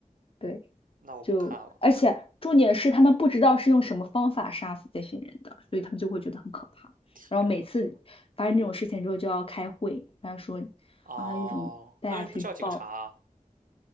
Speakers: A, on the left; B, on the right.
A: 对，
B: 那我不看了。
A: 就而且重点是他们不知道是用什么方法杀死这些人的，所以他们就会觉得很可怕。
B: 天呐，
A: 然后每次发生这种事情之后就要开会，然后说
B: 哦，
A: 啊，有什么大家去报，
B: 那为什么不叫警察啊